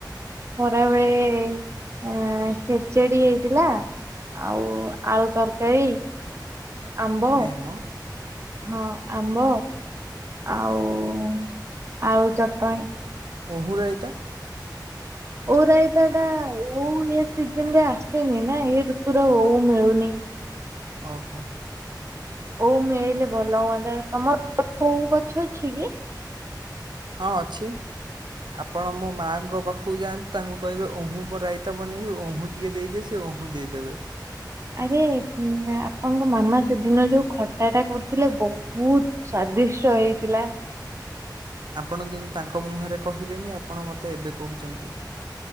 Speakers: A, on the right; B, on the right.
A: ଖରା ବେଳେ ଖେଚେଡ଼ି ହେଇଥିଲା ଆଉ ଆଳୁ ତରକାରୀ ଆମ୍ବ
B: ନାଇଁ ମ
A: ହଁ ଆମ୍ବ ଆଉ-ଆଳୁ ଚଟଣି।
B: ଓହୁ ରାଇତା।
A: ଓଉ ରାଇତାଟା ଓଉ ଏ ସିଜିନରେ ଆସେନି ନା ଏ ଋତୁୁରେ ଓଉ ମିଳୁନି।
B: ଓହୋ।
A: ଓଉ ମିଳିଲେ ଭଲ ହୁଅନ୍ତା ତମର <inaudible> ଓଉ ଗଛ ଅଛି କି?
B: ହଁ ଅଛି ଆପଣ ମୋ ମାଆଙ୍କ ପାଖକୁ ଯାଆ ତାଙ୍କୁ କହିବେ ଅହୁଁ ବ ରାଇତା ବନେଇବି ଅହୁଁ ଟିକେ ଦେଇଦିଅ ସେ ଅହୁଁ ଦେଇଦେବେ।
A: ଆରେ ହୁଁ ଆପଣଙ୍କ ମାମା ସେଦିନ ଯୋଉ ଖଟାଟା କରୁଥିଲେ ବହୁତ ସ୍ୱାଦିଷ୍ଟ ହେଇଥିଲା।
B: ଆପଣ କିନ୍ତୁ ତାଙ୍କ ମୁହଁରେ କହିଲେନି ଆପଣ ମୋତେ ଏବେ କହୁଛନ୍ତି।